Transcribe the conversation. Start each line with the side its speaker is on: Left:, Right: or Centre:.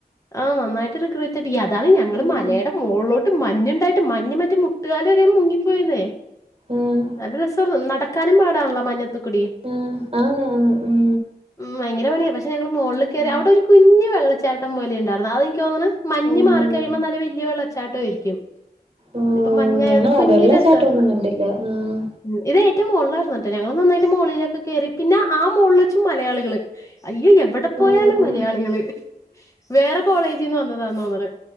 Left: ആ നന്നായിട്ട്റിഗ്രേറ്റ്ടിക്കു അതാണ് ഞങ്ങള്ൾ
Right: ഉം
Left: മലയുടെ മോളിലോ മഞ്ഞുണ്ടായിട്ട് മഞ്ഞഞ് മറ്റ മുട്ടുകാല വര മുങ്ങിപ്പോയന്നേ
Right: ആഹ്
Left: നല്ല രസ നാടാ കാണുമ്പാടാണല്ലോ മഞ്ഞത്തക്കുടി
Right: ആ ആണ് ആണ് ഉം
Left: ഉ ഭയങ്കര പണിയാ പക്ഷെ ഞങ്ങള് മുകളിൽ കയറി
Right: ഉം
Left: അവിടെ ഒരു കുഞ്ഞു വെള്ളച്ചാട്ടം പോലെ ഉണ്ടായിരുന്നു അതെനിക്ക് തോന്നണ മഞ്ഞ്
Right: ഓഹ്
Left: മാറിക്കഴിയുമ്പോ നല്ല വല്യ വെള്ളച്ചാട്ടം ആരിക്കും
Right: ഓഹ്
Left: ഇപ്പൊ മഞ്ഞായോണ്ട്
Right: ഞങ്ങളാ
Left: കുഞ്ഞി
Right: വെള്ളച്ചാട്ടൊന്നും
Left: രസ-
Right: കണ്ടില്ല ആഹ്
Left: ഉ ഇത് ഏറ്റവും മുകളിലറന്നട്ടെ ഞങ്ങൾ നന്നായിട്ട് മുകളളിലൊക്കെ കയറി പിന്നെ ആ മുകളിൽ ച് മലയാളികള് അയ്യോ എവിടെ പോയാലും
Right: ഓഹ്
Left: മലയാളികള് വേറെ കോളേജിൽ നിന്ന് വന്നതാ തോന്നണ